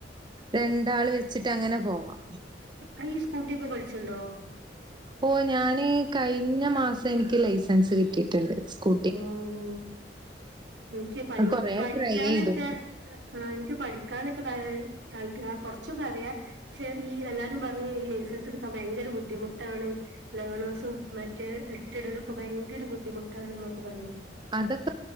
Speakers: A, on the right (about 25°); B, on the right (about 80°).
A: രണ്ടാള് വെച്ചിട്ട് അങ്ങനെ പോവാം.
B: ആഹ് ഈ സ്കൂട്ടിക്കെ പടിച്ചിണ്ടോ?
A: ഓഹ് ഞാന് കഴിഞ്ഞ മാസം എനിക്ക് ലൈസൻസ് കിട്ടി. ട്ട്ണ്ട് സ്കൂ
B: ഉം ഉം ഇൻക്ക് പടി
A: കൊറേ
B: പടിക്കാനക്കെ
A: ട്രൈ ചെയ്തു.
B: ആഹ് ഇക്ക് പഠിക്കാനൊക്കെ ത താല്പര്യ കൊറച്ചൊക്കെ അറിയാ. പക്ഷെ ഈ എല്ലാരും പർഞ്ഞ് ഈ ലൈസൻസ് എടുക്കാൻ ഭയങ്കര ബുദ്ധിമുട്ടാണ്. ലവണേസും മറ്റേ എട്ടിടലൊക്കെ ഭയങ്കര ബുദ്ധിമുട്ടാണ് ന്നൊക്കെ പർഞ്ഞ്.
A: അതൊക്കെ